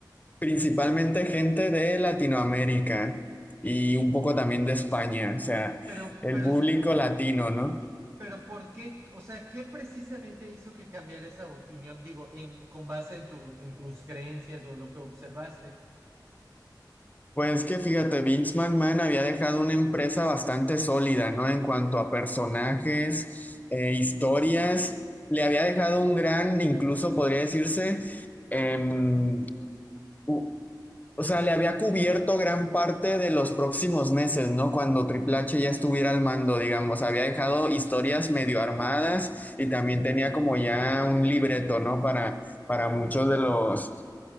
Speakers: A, on the left; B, on the right.
A: principalmente gente de Latinoamérica y un poco también de España, o sea,
B: Pero,
A: el
B: pero,
A: público
B: es-
A: latino, ¿no?
B: pero, ¿por qué? O sea, ¿qué precisamente hizo que cambiara esa opinión? Digo, en, con base en tu, en tus creencias o lo que observaste.
A: Pues que fíjate, Vince McMahon había dejado una empresa bastante sólida, ¿no? En cuanto a personajes, eh, historias, le había dejado un gran, incluso podría decirse, em, u- o sea, le había cubierto gran parte de los próximos meses, ¿no? Cuando Triple H ya
B: Ujú.
A: estuviera al mando, digamos, había dejado historias medio armadas y también tenía como ya un libreto, ¿no? Para, para muchos de los